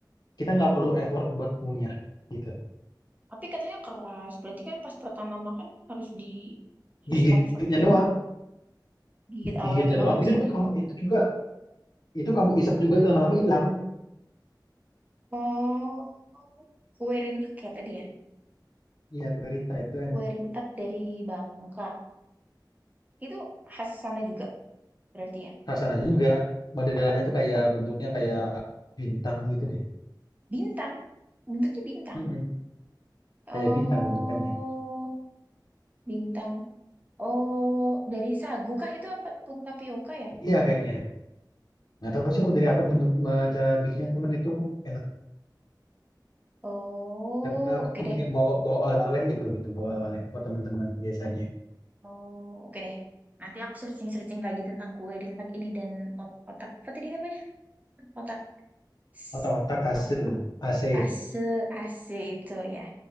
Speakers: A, on the left; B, on the right.
A: kita nggak perlu effort buat ngunyah gitu.
B: Tapi katanya keras. Berarti kan pas pertama makan harus di harus
A: Gigitnya
B: effort dulu.
A: doang,
B: Gigit awal
A: gigitnya
B: doang
A: doang.
B: habis
A: Itu
B: itu
A: juga
B: di
A: kamu itu juga itu kamu isap juga lama-lama hilang.
B: Oh, kue rintet kayak tadi ya.
A: Iya, perintah itu enak.
B: Kue rintet dari Bangka. Itu khas sana juga berarti ya.
A: Rasanya juga modelannya tuh kayak bentuknya kayak bintang gitu deh.
B: Bintang. Bentuknya bintang.
A: Mm-mm,
B: Oh,
A: Kayak bintang bentukannya.
B: bintang Oh, dari sagu kah itu apa tepung tapioka ya?
A: Iya kayaknya. Nggak tahu sih aku dari apa bentuk me- cara bikinnya teman itu enak.
B: Oh,
A: Tapi aku
B: oke deh.
A: bikin bawa bawa oleh-oleh itu gitu, bawa oleh-oleh buat teman-teman biasanya.
B: Oh, oke deh. Nanti aku searching-searching lagi tentang kue rintak ini dan ot- otak. Apa tadi namanya? Otak s-
A: Otak-otak hasil AC.
B: ase ase itu ya.